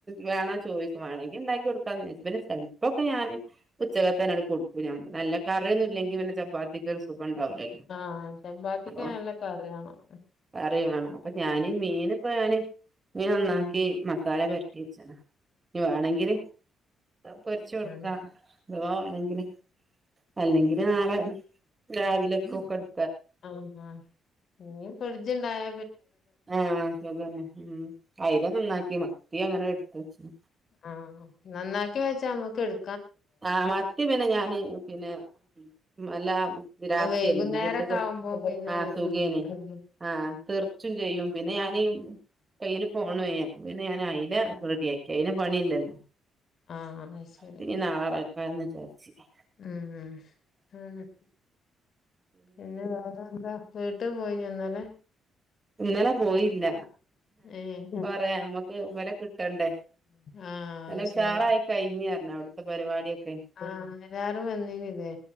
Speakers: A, on the right (about 25°); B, on the left (about 55°).
A: വേണോ ചോദിക്കും വേണങ്കിൽ ഇണ്ടാക്കി കൊടുക്കാന്ന് വിചാരിച്ച് ചെൽപ്പൊക്കെ ഞാന് ഉച്ചകത്തന്നാണ്ട് കൊടുക്കും ഞാൻ നല്ല കറിയൊന്നും ഇല്ലെങ്കി പിന്നെ ചപ്പാത്തിക്കൊരു ക്കൊണ്ടാവൂല്ലല്ലോ
B: ആഹ് ചപ്പാത്തിക്ക്
A: അപ്പ
B: നല്ല കറി വേണം
A: കറി വേണം അപ്പൊ ഞാൻ മീൻ ഇപ്പ ഞാന് മീൻ നന്നാക്കി മസാല പെര ട്ട്യേച്ച്ണ് ഇനി വേണെങ്കില് പൊരിച്ച് കൊടുക്കാ
B: ഉം
A: അഥവാ വേണെങ്കില് അല്ലെങ്കി നാളെ രാവിലക്കൊക്കട്
B: ആഹ് ഇഞ്ഞി ഫ്രിഡ്ജിണ്ടായ
A: ആഹ് സുഖന്നെ ഉം അയില നന്നാക്കി മത്തി അങ്ങനെ എടുത്ത് വെച്ച്ണ്
B: ആഹ് നന്നാക്കി വെച്ച നമ്മക്ക് എട്
A: ആഹ് മത്തി പിന്നെ ഞാന് പിന്നെ അല്ല രാത്രിയല്ലേ
B: വൈകുന്നേരൊക്കെ
A: ഇന്നിപ്പ
B: ആവുമ്പോ പിന്നെ
A: ആഹ്
B: ഒരു
A: സുഖേനി
B: ബുദ്ധിമുട്ടല്ലേ
A: ആഹ് തെർച്ചും ചെയ്യും പിന്നെ ഞാനി കയ്യില് ഫോണുഏനി അപ്പ പിന്നെ ഞാൻ അയില റെഡിയാക്കി അയിന് പണിയില്ലല്ലോ
B: ആഹ് അഹ് ശരി
A: പിന്നെ <unintelligible> വിചാരിച്ച്
B: ഇ ഇം <unintelligible> പിന്നെ വേറെ എന്താ പേ <unintelligible> പോയീന്യോ ഇന്നലെ
A: ഇന്നല പോയില്ല
B: ഏഹ്
A: പറയാ നമ്മക്ക് ഇവലെ കിട്ടണ്ടേ
B: ആഹ് അത്
A: ഉശാറായി
B: ശരി
A: കഴിഞ് പറഞ്ഞ് അവിടത്തെ പരിപാട്യൊക്കെ
B: ആ എല്ലാരും വന്നീനിലേ